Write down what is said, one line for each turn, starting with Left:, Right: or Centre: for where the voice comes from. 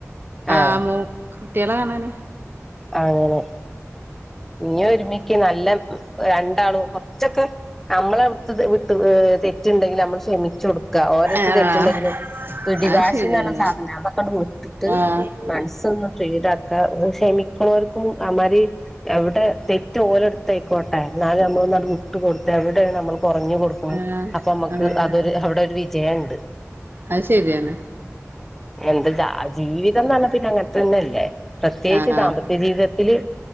Right: ആ
Centre: ആഹ
Right: മോ കുട്ടികളെ കാണാനേ
Centre: അങ്ങനെ ഇനി ഒരുമ നല്ല രണ്ടാളും കുറച്ചൊക്കെ നമ്മള അടു വിട്ടു തെറ്റുണ്ടെങ്കിൽ നമ്മൾ ക്ഷമിക്ക ുടുക്കുക ഓരോരുത്ത
Right: ആഹ്
Centre: തെച്ചിുണ്ടെങ്കിലും പിടിവാശിാണ്
Right: അത് ശരിയാണ്
Centre: സാധനം അതൊക്കെണ്ട് വിട്ടിട്ട്
Right: ആഹ് ആഹ്
Centre: മനസ്സൊന്ന് ഫ്രീഡ സമിക്കർക്കും അറി എവിടെ തെറ്റ് ഓല എടുത്തായിക്കോട്ടെ എന്നാലും നമ്മന്ന വിട്ട് കൊടുത്തു എവിടൊണ് നമ്മൾ കുറഞ്ഞഞ് കൊടുക്ക
Right: ആഹ് ആഹ്
Centre: അപ്പൊ നമ്മുക്ക്
Right: ആഹ്
Centre: അതൊരു അവിടെ ഒരു വിജയം ഉണ്ട്
Right: അത് ശരിയാണ്
Centre: എന്ത്ാ ജീവിതം പറഞ്ഞാൽ പിന്നെ അങ്ങനത്തെന്നല്ലേ പ്രത്യേകിച്ച്
Right: ആഹ്
Centre: ദാമ്പ ജീവിതത്തിത്തില്